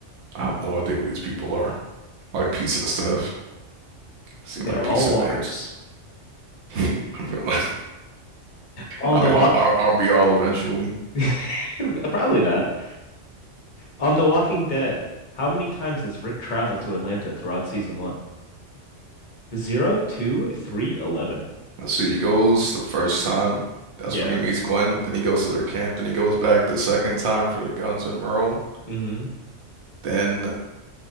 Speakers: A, on the right; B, on the left.
A: I have no idea what these people are. Like pizza stuff. Seem
B: They
A: like
B: are
A: pizza
B: all walkers.
A: names. <laughs> I feel like,
B: All
A: I
B: the
A: mean,
B: walk
A: aren't, aren't aren't we all eventually?
B: <laughs> Probably not. On The Walking Dead, how many times does Rick travel to Atlanta throughout season one? Zero, two, three, eleven.
A: Uh, So he goes the first time. That's
B: Yeah.
A: when he meets Glenn. Then he goes to their camp. Then he goes back the second time for the guns and Merle.
B: hmm
A: Then